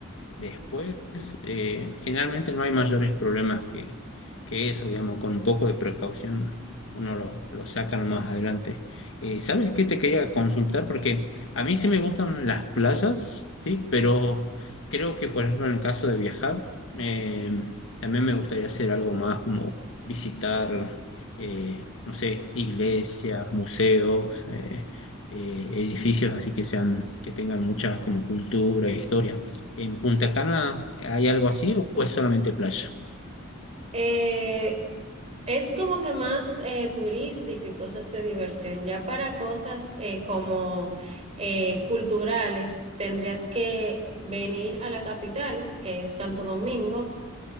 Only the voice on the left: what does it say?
Después, eh, generalmente no hay mayores problemas que, que eso, digamos, con un poco de precaución uno lo, lo saca más adelante. Eh, ¿sabes qué te quería consultar? Porque a mí sí me gustan las playas, sí, pero creo que, por ejemplo, en el caso de viajar, eh, también me gustaría hacer algo más como visitar, eh, no sé, iglesias, museos, eh, eh, edificios así que sean, que tengan mucha como cultura, historia. ¿En Punta Cana hay algo así o es solamente playa?